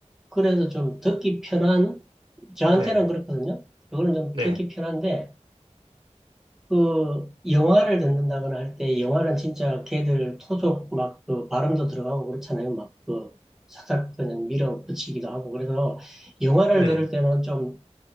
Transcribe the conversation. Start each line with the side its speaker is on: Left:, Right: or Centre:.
Centre: 그래도 좀 듣기 편한 저한테는
Right: 네.
Centre: 그렇거든요. 그거는 좀
Right: 네.
Centre: 듣기 편한데 그 영화를 듣는다거나 할 때 영화는 진짜 걔들 토족 막 그 발음도 들어가고 그렇잖아요. 막그 싹싹 그냥 밀어붙이기도 하고 그래서 영화를
Right: 네.
Centre: 들을 때는 좀